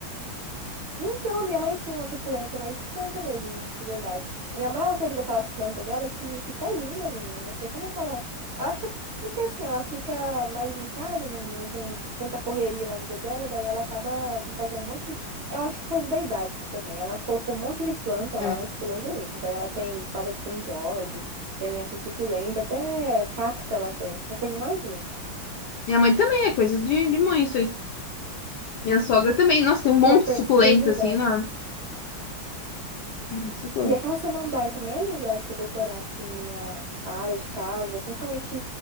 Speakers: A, on the right; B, on the left.
A: Então, minha mãe tinha uma suculenta, mas suculenta mesmo, de verdade. A minha mãe, ela cuida daquelas plantas dela que fica linda, menina. Eu Não sei como é que ela. Eu Acho que é porque assim, ela fica mais em casa, não, não tem tanta correria na vida dela, daí ela acaba fazendo um monte. Eu acho que é coisa da idade também. Ela colocou um monte de planta
B: É.
A: lá, mas ficou bem bonito. Daí ela tem espada de São Jorge, tem essa suculenta, até cacto ela tem. É a coisa mais linda.
B: Minha mãe também, é coisa de, de mãe isso aí. Minha sogra também. Nossa, tem um monte
A: Já é coisa
B: de suculenta,
A: de idade.
B: assim, enorme. Muito Suculenta.
A: E aquela samambaia também é linda, eu acho, pra decorar, assim, a, a área de casa, principalmente